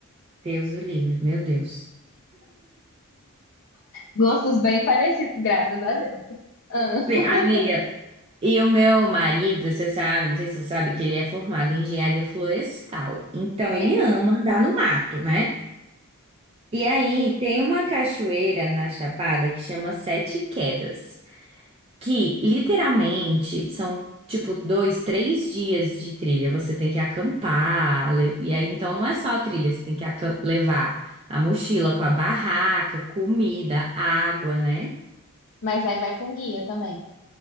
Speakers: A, on the right; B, on the left.
A: Deus o livre, meu Deus.
B: Gostos bem parecidos, graças a Deus. Ah. <laughs>
A: Sim, amiga, e o meu marido, você sabe, não sei se você sabe que ele é formado em engenharia florestal. Então ele
B: E-
A: ama andar no mato, né? E aí, tem uma cachoeira na Chapada que chama Sete Quedas. que literalmente são tipo dois, três dias de trilha. Você tem que acampar, le- e aí então não é só a trilha, você tem que acam- levar a mochila com a barraca, comida, água, né?
B: Mas aí vai com guia também.